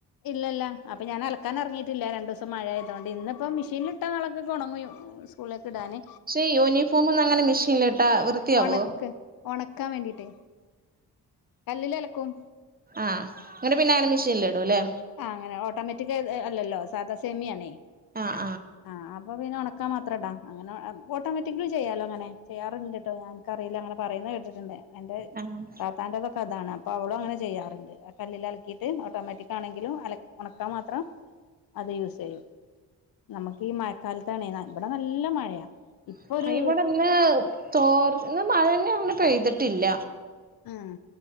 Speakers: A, on the left (about 60°); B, on the right (about 20°).
A: ഇല്ല ല്ല അപ്പൊ ഞാൻ അലക്കാനെറങ്ങിട്ടില്ല രണ്ട് ദിവസം മഴായതോണ്ട് ഇന്ന് ഇപ്പം മിഷീനിലിട്ടാ നാളെക്കക്ക് ഉണങ്ങൊയും സ്കൂളിലേക്ക് ഇടാന്
B: പക്ഷേ യൂണിഫോമൊന്നും അങ്ങനെ മെഷീനിലിട്ടാ വൃത്തിയാവോ
A: ഒണക്ക് ഒണക്കാൻ വേണ്ടിട്ടേ കല്ലിൽ അലക്കും
B: ആഹ് ന്നട്ട് പിന്നെ അങ്ങനെ മെഷീനിൽ ഇടുല്ലേ
A: ആഹ് അങ്ങനെ ഓട്ടോമാറ്റിക് തു അല്ലല്ലോ സാധാ സേമിയാണേ
B: ആഹ്
A: ആഹ് അപ്പൊ പിന്നെ ഉണ <unintelligible> മാത്രോ അങ്ങനെ ഓട്ടോമാറ്റിക്കലി ചെയ്യാലോ അങ്ങനെ ചെയ്യാറുണ്ട് കേട്ടോ ഞനിക്കറിയില്ല അങ്ങനെ പറയുന്നത് കേട്ടിട്ടുണ്ട് എന്റെ
B: ആഹ്
A: താത്താന്റെതൊക്കെ അതാണ് അപ്പൊ അവളും അങ്ങനെ ചെയ്യാറുണ്ട് ആ കല്ലിൽ അലക്കിയിട്ട് ഓട്ടോമാറ്റിക് ട്ടാണെങ്കിലും അല ഉണക്കാൻ മാത്രം അത് യൂസ് ചെയ്യും നമുക്ക് ഈ മ കാലത്താണെ ഇവിടെ നല്ല മഴയാ ഇപ്പൊ
B: ആഹ്
A: ഒരു
B: ഇവിടെ ഇന്ന് തോർ എന്ന മഴ തന്നെ <unintelligible> പെയ്തിട്ടില്ല
A: ആഹ്